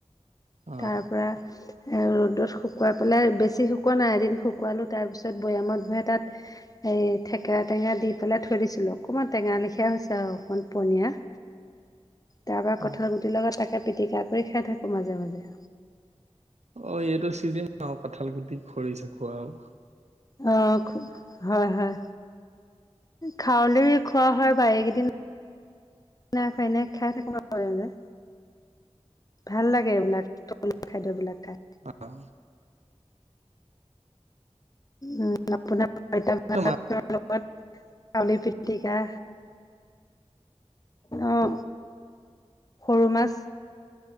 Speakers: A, on the right; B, on the left.
A: অ',
B: তাৰ পৰা ৰ'দত শুকুৱাই পেলাই বেছি শুকোৱা নাই এদিন শুকোৱালো তাৰ পিছত বৈয়ামত ভৰাই তাত এই থেকৰা টেঙা দি পেলাই থৈ দিছিলোঁ অকণমান টেঙা লেখিয়া হৈছে আৰু অকণমান পনীয়া তাৰ পৰা
A: অ',
B: কঠাল গুটিৰ লগত তাকে পিটিকা কৰি খাই থাকো মাজে, মাজে
A: অ', এইটো চিজিন কঁঠাল গুটি খৰিছা খোৱাৰ আৰু
B: অ', হয়, হয় খাৱলি খোৱা হয় বা এইকেইদিন নাই খোৱা এনে খাই থাকো বাৰু মাজে, মাজে ভাল লাগে এইবিলাক থলুৱা খাদ্যবিলাক খাই
A: অ'।
B: উ আপোনাৰ পইতা
A: কিবা
B: ভাতৰ লগত আলু পিটিকা। অ', সৰু মাছ